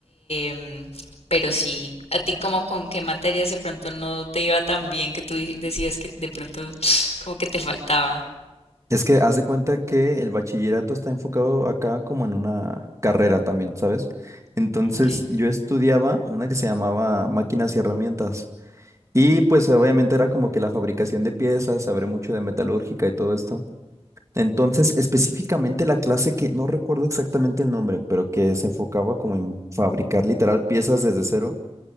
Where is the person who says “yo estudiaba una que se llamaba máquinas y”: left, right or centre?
Right